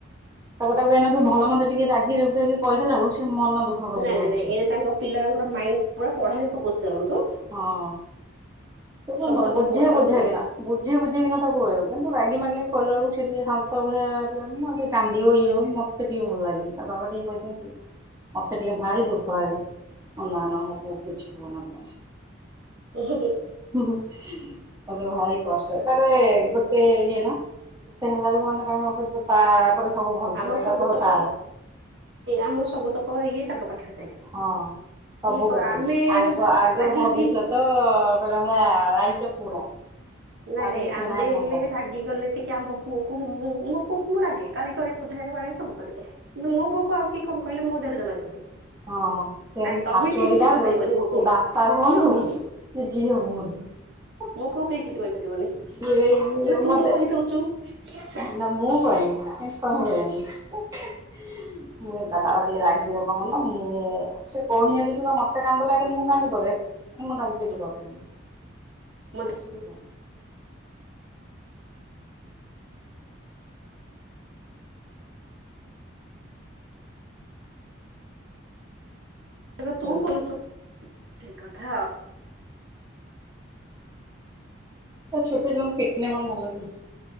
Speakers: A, on the right (about 15°); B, on the right (about 60°).
A: ତାକୁ ତାକୁ ଏଇନା ବି ଭଲ ମନ୍ଦ ଟିକେ ରାଗି ରଗେଇକି କହିଦେଲା ବଳକୁ ସେ ମନ ଦୁଃଖ କରିକି
B: ନାଇଁ ନାଇଁ
A: ବସିଛି
B: ନାଇଁ ଏ ତାଙ୍କ ପିଲାଙ୍କର ମାଇଣ୍ଡ ପୁରା ପଢ଼ାରେ ଫୋକସ କରନ୍ତୁ।
A: ହଁ ସେବେ
B: ସବୁତକ
A: ବୁଝେଇ
B: ଫୋକସ ତାଙ୍କୁ
A: ବୁଝେଇକିନା
B: ପଢା
A: ବୁଝି ବୁଝେଇକିନା ତାକୁ କ କିନ୍ତୁ ରାଗି ମାଗିକିି କଇଲା ବଳକୁ ସେ ଟିକେ ଶାନ୍ତ ଭଳିଆ ପିଲାଟି ଟିକେ କାନ୍ଦିିବ ଇଏ ହବ ମୋତେ ଟିକେ ଭଲ ଲାଗେନି ତା ବାବା ଟିକେ ଖେଇଦିନ୍ତି ମତେ ଟିକେ ଭାରି ଦୁଃଖ ଲଗେ ନା ନା ମୋ ପୁଅକୁ କିଛି କୁହନା ତୁମେ।
B: ଉହୁଁ ହୁଁ ହୁଁ।
A: ହୁଁ ହୁଁ ମତେ ଭାରି କଷ୍ଟ ତାହରେ ଗୋଟେ ଇଏ ନା ଗୋଟେ ହେଲା ବଳକୁ ମାନେ ହଁ ସେତ ତା ପରେ ସବୁ
B: ଆମର
A: ଭଲ
B: ସବୁତକ
A: କହିବ ତାର।
B: ଏ ଆମର ସବୁତକ ଇଏ ତାଙ୍କ ପାଖରେ ଯାଇକି
A: ହଁ। ସବୁ
B: କି କ
A: ଗଛେ
B: ଆମେ
A: ଆଗ ଆଗ
B: ରାଗିକି
A: ଭବିଷ୍ୟତ କହିଲ ଭଳିଆ ଲାଇଫ ପୁରା।
B: ନାଇଁ
A: ଆଉ ତ
B: ନାଇଁ
A: କିଛି
B: ଆମେ
A: ନାହିଁ ସଂସାରରେ
B: ହେଲେ ରାଗିଗଲେ ଟିକେ ଆମ ପୁଅକୁ ମୁଁ ମୁଁ ମୁଁ ରାଗେ ଗାଳି କରେ ବୁଝାଏ ବାଡାଏ ସବୁ କରେ। କିନ୍ତୁ ମୋ ପୁଅକୁ ଆଉ କିଏ କଣ କାହିଲେ ମୋ ଦେହରେ ଜମା ଯିବନି।
A: ହଁ। ତେଣିକି
B: ନାଇଁ ତମେ
A: ଶାଶୁ
B: କେହି
A: ହେଇଥାନ୍ତୁ
B: କିଛି କହିପାରିବନି
A: କି
B: ମୋ ପୁଅକୁ
A: ବାପା ହୁଅନ୍ତୁ
B: ସ୍ଵାମୀ
A: କି ଜିଏ ହୁଅନ୍ତୁ।
B: ମୁଁ ପୁଅକୁ କେହି କି କହିପାରିବନି
A: ଇଏ
B: ତୁ
A: ମତେ
B: ତ କହିଦୋଉଚୁ
A: ନା ମୁଁ କହିବି କିନ୍ତୁ ତମେ ହେ ହେ ମୁଁ କହିଲି ତା ବାବା ଟିକେ ରାଗି ଲୋକ ମାନେ ଓ ସେ କହିଯା‌ହା ସିନା ମତେ କାନ୍ଧ ଲାଗେ ମୁଁ କାନ୍ଧି ପକାଏ। ମୁଁ ତାଙ୍କୁ କିଛି
B: ହୁଁ,
A: କୁହେନି
B: ମତେ
A: କିଛି ବି କୁହେନି।
B: ଏବେ
A: ହୁଁ
B: ତୁ କରୁଚୁ ସେ କଥା।
A: ତ ଛୋଟ ଛୁଆଙ୍କୁ ପିଟିଲେ କଣ ଭଲ କି